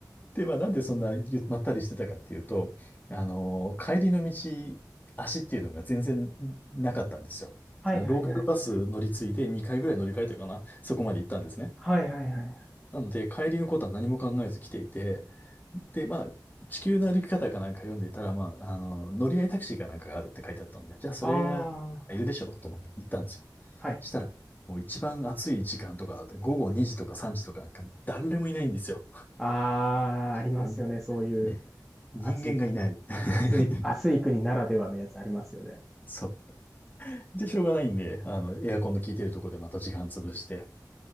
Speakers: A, on the left; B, in the centre.
A: で、まあなんでそんなゆまったりしてたかっていうと、あの、帰りの道、足っていうのが全然なかったんですよ。
B: はいはいはい
A: ローカルバス乗り継いで2回ぐらい乗り換えたかな、そこまで行ったんですね。
B: はいはいはい
A: なので、帰りのことは何も考えず来ていて、で、まあ、地球の歩き方かなんか読んでいたら、まあ、あの、乗り合いタクシーかなんかがあるって書いてあったので、じゃあそれがいるでしょうと思って行ったんですよ。
B: ああはい
A: したら、もう一番暑い時間とかだって、午後2時とか3時とかなんか誰もいないんですよ。
B: ああありますよねそういう
A: もうね、人間がいない。
B: 暑い国
A: <laughs>
B: 暑い暑い国ならではのやつありますよね
A: そう。で、しょうがないんで、あの、エアコンの効いてるとこでまた時間潰して、